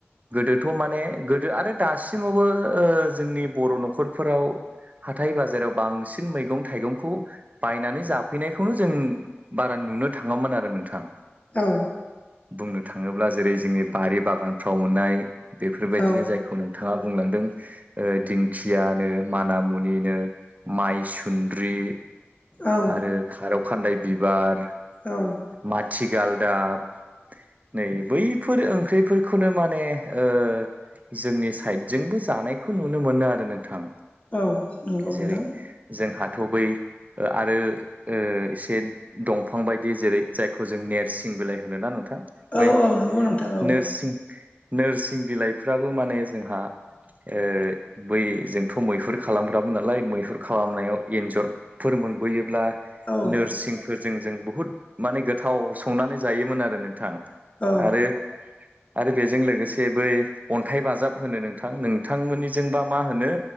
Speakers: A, on the right; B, on the left.
A: गोदोथ' माने गोदो आरो दासिमावबो ओ जोंनि बर' न'खरफोराव हाथाय-बाजाराव बांसिन मैगं-थाइगंखौ बायनानै जाफैनायखौनो जों बा नुनो थाङामोन आरो नोंथां।
B: औ
A: बुंनो थाङोब्ला जेरै जोंनि बारि बागानफ्राव मोननाय बेफोरबायदिनो
B: औ
A: जायखौ नों थाङा बुंलांदों ओ दिंखियानो माना मुनिनो, माइ सुन्द्रि
B: औ
A: आरो खारौ खानदाय बिबार
B: औ
A: माथिगालदाब नै बैफोर ओंख्रिफोरखौनो माने ओ जोंनि साइडजोंबो जानायखौ नुनो मोनो आरो नोंथां।
B: औ नंगौ नोंथां
A: जेरै जोंहाथ' बै ओ आरो ओ एसे दंफां बायदि जेरै जायखौ जों नेरसिं बिलाइ होनोना नो थां
B: औ
A: बै
B: औ नंगौ नोंथां औ
A: नोरसिं नोरसिं बिलाइफ्राबो माने जोंहा ओ बै जोंथ' मैहुर खालामग्रामोन नालाय। मैहुर खालामनायाव एन्जर फोर मोनबोयोब्ला
B: औ
A: नोरसिंफोरजों जों बुहुत माने गोथाव संनानै जायोमोन आरो नोंथां
B: औ
A: आरो आरो बेजों लोगोसे बै अन्थाइ बाजाब होनो नोंथां। नोंथांमोननिजोंबा मा होनो?